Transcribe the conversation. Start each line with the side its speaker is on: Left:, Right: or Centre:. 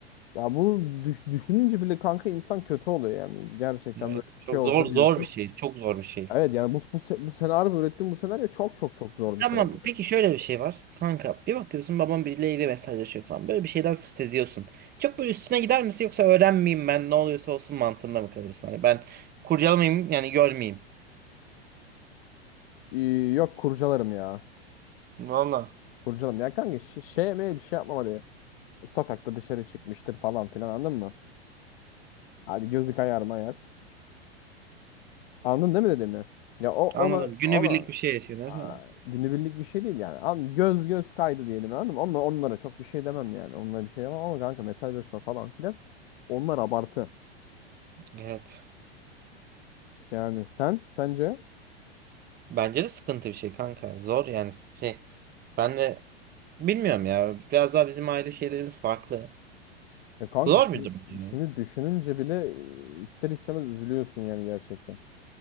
Left: ya bunu düş- düşününce bile kanka insan kötü oluyor yani. Gerçekten
Right: Evet,
Left: böyle bir
Right: çok
Left: şey olsa
Right: zor zor
Left: diyorsun.
Right: bir şey. Çok zor bir şey.
Left: Evet yani bu bu, se- bu senaryo ürettiğim bu senaryo çok çok çok zor bir
Right: Tamam.
Left: senaryo.
Right: Peki şöyle bir şey var. Kanka bir bakıyorsun babam birileriyle mesajlaşıyor falan. Böyle bir şeyden seziyorsun. Çok böyle üstüne gider misin yoksa öğrenmeyeyim ben ne oluyorsa olsun mantığında mı kalırsın? Hani ben kurcalamayayım yani görmeyeyim.
Left: Ee, yok kurcalarım ya.
Right: Valla.
Left: Burcu'nun ya kanka ş- şey yemeğe bir şey yapmam hadi. Sokakta dışarı çıkmıştır falan filan anladın mı? Hadi gözü kayar mayar. Anladın değil mi dediğimi? Ya o ona
Right: Anladım. Günübirlik
Left: ona
Right: bir şey yaşıyorlar.
Left: aa,
Right: Ha.
Left: günübirlik bir şey değil yani. An göz göz kaydı diyelim anladın mı? Onla, onlara çok bir şey demem yani. Onlara bir şey demem ama kanka mesajlaşma falan filan. Onlar abartı.
Right: Evet.
Left: Yani sen sence
Right: Bence de sıkıntı bir şey kanka. Zor yani şey. Ben de bilmiyorum ya. Biraz daha bizim aile şeylerimiz farklı.
Left: ya kanka
Right: Zor
Left: şimdi,
Right: bir durum ya.
Left: şimdi düşününce bile e, ister istemez üzülüyorsun yani gerçekten.